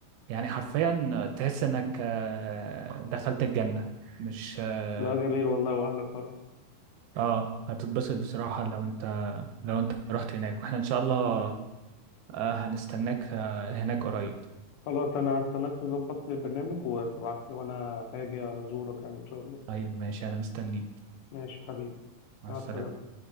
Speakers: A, on the right; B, on the left.
A: يعني حرفيا تحس انك آه، دخلت الجنة مش اه
B: لا جميل والله واهل كرم
A: آه، هتتبسط بصراحة لو انت لو انت رحت هناك واحنا ان شاء الله آه، هنستناك آه، هناك قريب
B: خلاص انا هستناك تظبط لي برنامج وتبعت لي وانا هاجي ازورك يعني ان شاء الله
A: طيب ماشي انا مستنيك
B: ماشي حبيبي
A: مع
B: مع
A: السلامة
B: السلامة